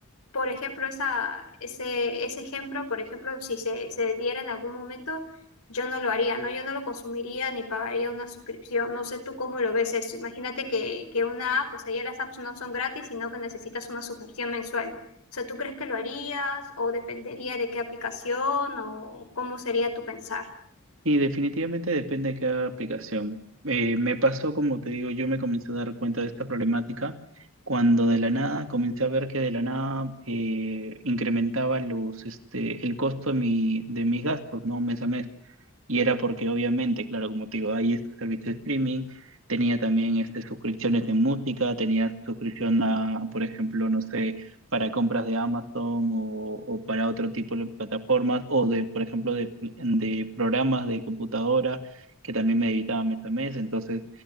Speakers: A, on the left; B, on the right.
A: por ejemplo, esa, ese, ese ejemplo, por ejemplo, si se, se diera en algún momento, yo no lo haría, ¿no? Yo no lo consumiría ni pagaría una suscripción. No sé tú cómo lo ves eso. Imagínate que, que una app, o sea, ya las apps no son gratis, sino que necesitas una suscripción mensual. O sea, ¿tú crees que lo harías o dependería de qué aplicación o cómo sería tu pensar?
B: Y definitivamente depende de cada aplicación. Eh, me pasó, como te digo, yo me comencé a dar cuenta de esta problemática cuando de la nada comencé a ver que de la nada eh, incrementaba los, este, el costo de, mi, de mis gastos, ¿no? Mes a mes. Y era porque obviamente, claro, como te digo, hay estos servicios de streaming, tenía también este, suscripciones en música, tenía suscripción a, por ejemplo, no sé, para compras de Amazon o, o para otro tipo de plataformas o de, por ejemplo, de, de programas de computadora que también me editaba mes a mes. Entonces,